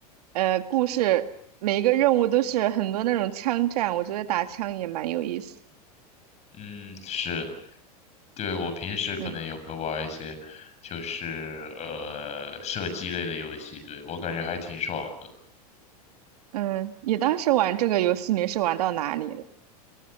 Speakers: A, on the right; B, on the left.
A: 呃，故事，每一个任务都是很多那种枪战，我觉得打枪也蛮有意思。
B: 嗯，是。对，我平时可能也会玩一些，
A: 嗯
B: 就是呃射击类的游戏，对，我感觉还挺爽的。
A: 嗯，你当时玩这个游戏你是玩到哪里了？